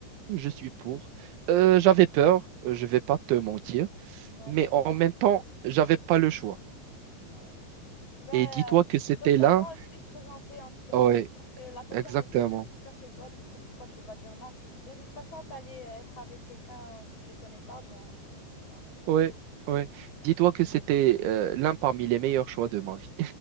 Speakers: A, on the right (about 85°); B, on the left (about 35°).
A: je suis pour. Euh, j'avais peur, euh, je vais pas te mentir,
B: Ouais,
A: mais
B: c'est normal.
A: en même temps, j'avais pas le choix.
B: Ouais. Bah,
A: Et dis-toi
B: euh,
A: que c'était
B: l'occasion,
A: l'un.
B: elle s'est présentée entre tes
A: Oui,
B: mains, c'est-à-dire que la personne
A: exactement.
B: est venue jusqu'à chez toi, du coup, pourquoi tu vas dire non? De toute façon, t'allais euh, être avec quelqu'un que tu connais pas, bon, que non, c'est la même chose
A: Oui,
B: en fait.
A: oui. Dis-toi que c'était euh, l'un parmi les meilleurs choix de ma vie.